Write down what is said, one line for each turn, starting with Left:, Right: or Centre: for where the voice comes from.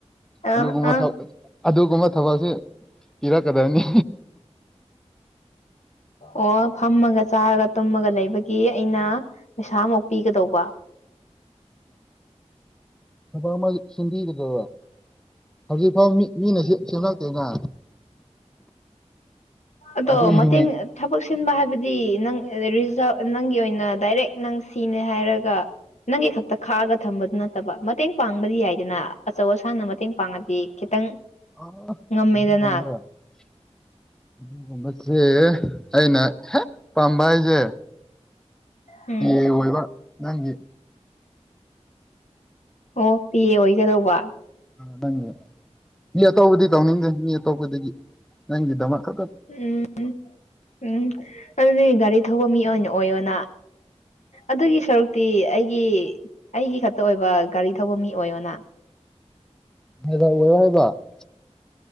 Left: ꯑꯥ
Centre: ꯑꯗꯨꯒꯨꯝꯕ
Left: ꯑꯥ
Centre: ꯊ ꯑꯗꯨꯒꯨꯝꯕ ꯊꯕꯛꯁꯦ ꯄꯤꯔꯛꯀꯗꯔꯅꯦ
Left: ꯑꯣ ꯐꯥꯝꯃꯒ ꯆꯥꯔꯒ ꯇꯨꯝꯃꯒ ꯂꯩꯕꯒꯤ ꯑꯩꯅ ꯄꯩꯁꯥꯃꯨꯛ ꯄꯤꯒꯗꯧꯕ
Centre: ꯊꯕꯛ ꯑꯃ ꯁꯤꯟꯕꯤ <unintelligible> ꯍꯧꯖꯤꯛ ꯐꯥꯎ ꯃꯤ ꯃꯤꯅ ꯁꯤ ꯁꯤꯡꯉꯛꯇꯦꯅ
Left: ꯑꯗꯣ
Centre: ꯑꯗꯨ
Left: <unintelligible>
Centre: ꯌꯨꯅꯤꯠ
Left: ꯊꯕꯛ ꯁꯤꯟꯕ ꯍꯥꯏꯕꯗꯤ ꯅꯪ ꯔꯤꯖꯥ ꯅꯪꯒꯤ ꯑꯣꯏꯅ ꯗꯥꯏꯔꯦꯛ ꯅꯪ ꯁꯤꯅꯦ ꯍꯥꯏꯔꯒ ꯅꯪꯒꯤ ꯈꯛꯇ ꯈꯥꯛꯑꯒ ꯊꯝꯕꯗꯨ ꯅꯠꯇꯕ ꯃꯇꯦꯡ ꯄꯥꯡꯕꯗꯤ ꯌꯥꯏꯗꯅ ꯑꯆꯧ ꯑꯁꯥꯟꯅ ꯃꯇꯦꯡ ꯄꯥꯡꯉꯗꯤ ꯈꯤꯇꯪ
Centre: <unintelligible>
Left: ꯉꯝꯃꯦꯗꯅ
Centre: ꯗꯨꯒꯨꯝꯕꯁꯦ ꯑꯩꯅ ꯍꯦꯛ ꯄꯥꯝꯕ ꯍꯥꯏꯁꯦ
Left: ꯎꯝ
Centre: ꯄꯤ ꯑꯦ ꯑꯣꯏꯕ ꯅꯪꯒꯤ
Left: ꯑꯣ ꯄꯦ ꯑꯣꯏꯒꯗꯧꯕ
Centre: ꯅꯪꯒꯤ ꯃꯤ ꯑꯇꯧꯕꯗꯤ ꯇꯧꯅꯤꯡꯗꯦ ꯃꯤ ꯑꯇꯣꯞꯄꯗꯒꯤ ꯅꯪꯒꯤꯗꯃꯛ ꯈꯛꯇ
Left: ꯎꯝ ꯎꯝ ꯑꯗꯨꯗꯤ ꯒꯥꯔꯤ ꯊꯧꯕ ꯃꯤ ꯑꯣꯏꯅ ꯑꯣꯏꯌꯣꯅ ꯑꯗꯨꯒꯤ ꯁꯔꯨꯛꯇꯤ ꯑꯩꯒꯤ ꯑꯩꯒꯤ ꯈꯛꯇ ꯑꯣꯏꯕ ꯒꯥꯔꯤ ꯊꯧꯕ ꯃꯤ ꯑꯣꯏꯌꯣꯅ
Centre: <unintelligible>